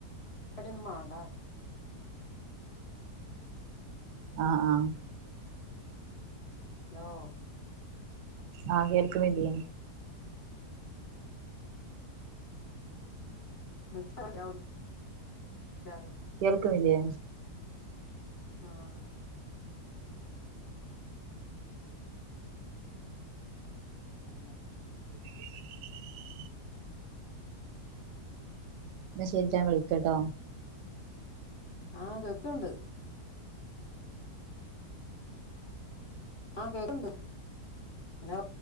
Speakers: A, on the left; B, on the right.
A: അടെൊന്നന്ന് മണ്ടാ
B: ആഹ ആഹ
A: ഹലോ
B: ആഹ് കേൾക്കുന്നില്ലയേ
A: ന
B: കേൾക്കുന്നില്ലേ
A: ആഹ ഉം
B: <unintelligible> മ ശേട്ടാൻ വിളിക്കട്ടോ
A: ആഹ കേെക്കണ്ട് ആ കേണ്ട് ഹലോ